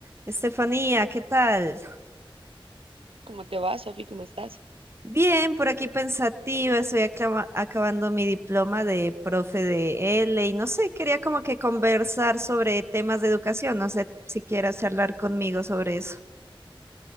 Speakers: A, on the right (about 25°); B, on the right (about 80°).
A: Estefanía, ¿qué tal?
B: ¿Cómo te va, Sofi? ¿Cómo estás?
A: Bien, por aquí pensativa, estoy aclama- acabando mi diploma de profe de L y no sé, quería como que conversar sobre temas de educación, no sé si quieras charlar conmigo sobre eso.